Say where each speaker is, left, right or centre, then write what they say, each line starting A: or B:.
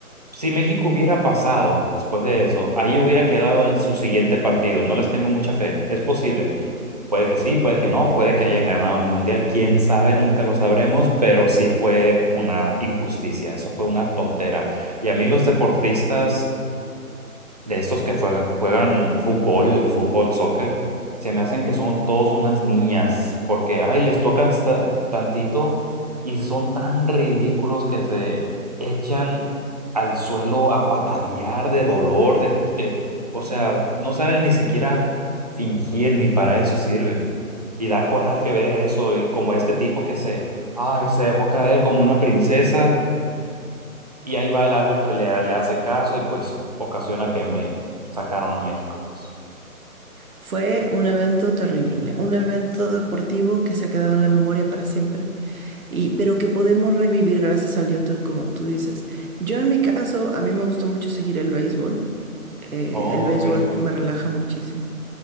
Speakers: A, on the right; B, on the right.
A: si México hubiera pasado después de eso, ahí hubiera quedado en su siguiente partido. No les tengo mucha fe. Es posible. Puede que sí, puede que no, puede que hayan ganado el mundial. Quién sabe, nunca lo sabremos, pero sí fue una injusticia. Eso fue una tontera. Y a mí los deportistas de estos que fue- juegan fútbol, fútbol, soccer, se me hacen que son todos unas niñas, porque, ay, les tocan sta- tantito y son tan ridículos que se echan al suelo a patalear de dolor, de, de, o sea, no saben ni siquiera fingir, ni para eso sirven. Y da coraje ver eso, y como este tipo que se, ay, se dejó caer como una princesa y ahí va el árbitro y le, le hace caso y pues ocasiona que me sacaron a México, pues.
B: Fue un evento terrible, un evento deportivo que se ha quedado en la memoria para siempre, y, pero que podemos revivir gracias al YouTube, como tú dices. Yo en mi caso, a mí me gusta mucho seguir el béisbol. Eh,
A: Oh,
B: el béisbol
A: béisbol.
B: me relaja muchísimo.